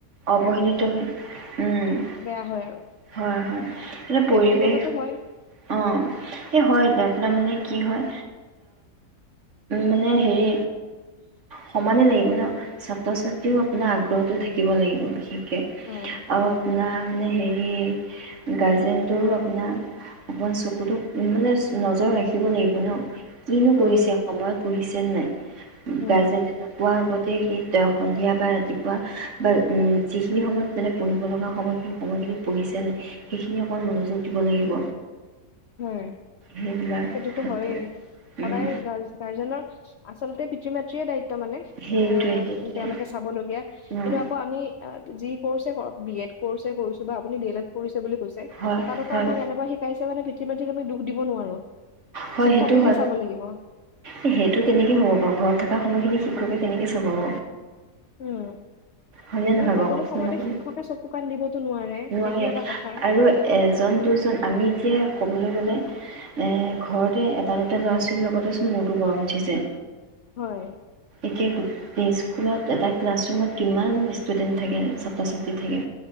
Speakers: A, on the right; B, on the left.
A: অৱহেলিত হয়। উম
B: বেয়া
A: ',
B: হয় আৰু
A: -হয় -হয় এয়া পৰিৱেশ
B: ব্যক্তিগতটো হয়
A: অ ', এই, হয় আপোনাৰ মানে কি হয়, মানে হেৰি সমানেই লাগিব ন ', ছাত্ৰ -ছাত্ৰী, - তেওঁ আপোনাৰ
B: হয়
A: আগ্ৰহতো থাকে। লাগিব বিশেষ,
B: হয়
A: আৰু
B: উম
A: আপোনাৰ মানে হে, - ইয়ে গাৰ্জেনটোৰো আপোনা অকণমান চকুতো মানে নজৰ ৰাখিব লাগিব ন', কিনো
B: হয়
A: কৰিছে সময়ত, পুহিছে নাই,
B: উম
A: গাৰ্জেনে নোকোৱা আগত, সি -সি তেওঁ সন্ধিয়া বা ৰাতিপুৱা, বা যিখিনি সময়ত মানে পঢ়িব লগা সময় সেই সময়খিনিত পঢ়িছে নাই, সেইখিনি অকণমান মনোযোগ দিব লাগিব।
B: হয়,
A: সেইবিলাক
B: সেইটোতো
A: ক্ষেত্ৰত
B: হয়েই
A: উম,
B: সদায় গাৰ্জে -গাৰ্জেনক, - আচলতে পিতৃ মাতৃয়ে দায়িত্ব তাৰ মানে
A: সেইটোৱে
B: এ
A: সেইটোৱে
B: তেওঁলোকে চাবলগীয়া।
A: উম,
B: এটো আকৌ আমি অ' যি কৰ্ছে কৰক, বি এড কৰ্ছে কৰিছো বা আপুনি ডি এল এড কৰিছে বুলি তাত
A: হয়
B: আকৌ
A: হয়
B: আমাক এনেকুৱা শিকাই <unintelligible> সেই মানুহটোক আমি দুখ দিব নোৱাৰো।
A: হয়
B: শিক্ষকেহে
A: সেইটো হয়,
B: চাব লাগিব
A: এ সেইটো কেনেকে হ'ব বাৰু ঘৰত থকা সময়খিনি <unintelligible> কেনেকে চোবাব।
B: উম।
A: হয়নে
B: কিন্তু
A: নহয়
B: সকলো
A: বাৰু কওকচোন
B: সময়তে
A: আপুনি,
B: শিক্ষকে চকু কাণ দিবতো নোৱাৰে
A: নোৱাৰে
B: সেইটো এটা কথা
A: আৰু এজন দুজন আমি এতিয়া ক'বলৈ গ'লে এ ঘৰতে এটা দুটা ল'ৰা ছোৱালীৰ লগতেচোন মোৰতো গৰম উঠিছে
B: হয়
A: এতিয়া স্কুলত এটা ক্লাছৰুমত কিমান ষ্টুডেণ্ট থাকে ছাত্ৰ ছাত্ৰী থাকে